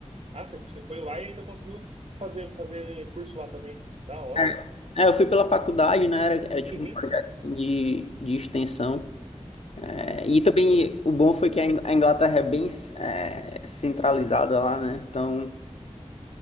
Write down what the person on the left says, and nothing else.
É, é, eu fui pela faculdade, né? Era, era tipo
um projeto assim, de, de extensão. É, e também o bom foi que a In- a Inglaterra é bem é, centralizada lá, né? Então